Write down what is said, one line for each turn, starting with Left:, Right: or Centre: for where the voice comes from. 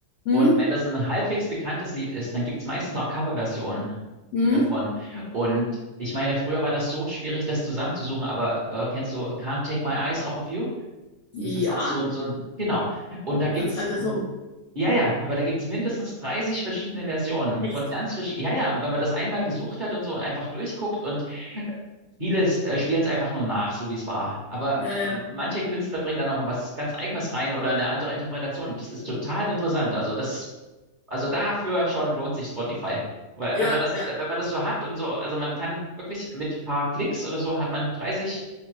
Left: Hm?
Right: und wenn das ein halbwegs bekanntes Lied ist, dann gibt es meistens auch Coverversionen
Left: Hm?
Right: davon. Und ich meine, früher war das so schwierig, das zusammenzusuchen, aber äh, kennst du Can't Take My Eyes Off of You?
Left: Ja,
Right: Das ist auch so, 'n so 'n genau. Und da gibt's
Left: ganz alter
Right: hm,
Left: Song.
Right: ja, ja, aber da gibt's mindestens 30 verschiedene Versionen
Left: Echt.
Right: von ganz verschie ja, ja, und wenn man das einmal gesucht hat und so einfach durchguckt und vieles, äh, spielen es einfach nur nach, so wie es war. Aber,
Left: Ja, ja.
Right: äh, manche Künstler bringen da noch mal was ganz Eigenes rein oder eine andere Interpretation. Das ist total interessant. Also, das also, dafür schon lohnt sich Spotify. Weil
Left: Ja,
Right: wenn man das
Left: ja.
Right: äh, wenn man das so hat und so also, man kann wirklich mit paar Klicks oder so hat man 30